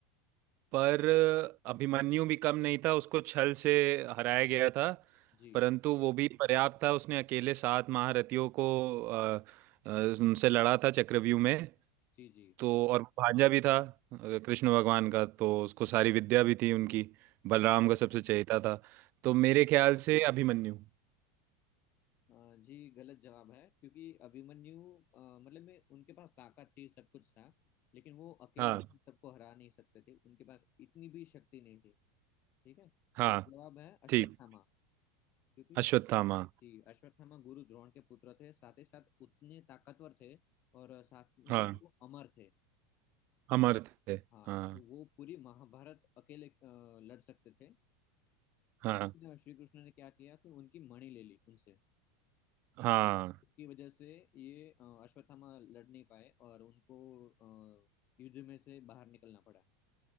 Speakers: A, on the right; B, on the left.
A: पर अभिमन्यु भी कम नहीं था उसको छल से हराया गया था
B: जी
A: परंतु वो भी पर्याप्त था उसने अकेले सात महारथियों को अ, अ, उनसे लड़ा था चक्रव्यूह में
B: जी जी
A: तो और वो भांजा भी था अ, कृष्ण भगवान का तो उसको सारी विद्या भी थी उनकी बलराम
B: जी
A: का सबसे चहेता था तो
B: बिल्कुल
A: मेरे ख्याल से अभिमन्यु
B: अ, जी गलत जवाब है क्योंकि अभिमन्यु अ, मतलब में उनके पास ताकत थी सब कुछ था लेकिन वो अकेले
A: हाँ
B: सबको हरा नहीं सकते थे उनके पास इतनी भी शक्ति नहीं थी ठीक है
A: हाँ
B: सही जवाब है अश्वत्थामा
A: ठीक
B: क्योंकि
A: अश्वत्थामा
B: जी अश्वत्थामा गुरु द्रोण के पुत्र थे साथ ही साथ उतने ताकतवर थे और साथ में
A: हाँ
B: ही वो अमर थे
A: अमर थे
B: हाँ
A: हाँ
B: तो वो पूरी महाभारत अकेले अ, लड़ सकते थे
A: हाँ
B: लेकिन श्री कृष्ण ने क्या किया कि उनकी मणि ले ली उनसे
A: हाँ
B: उसकी वजह से ये अ, अश्वत्थामा लड़ नहीं पाए और उनको अ, युद्ध में से बाहर निकलना पड़ा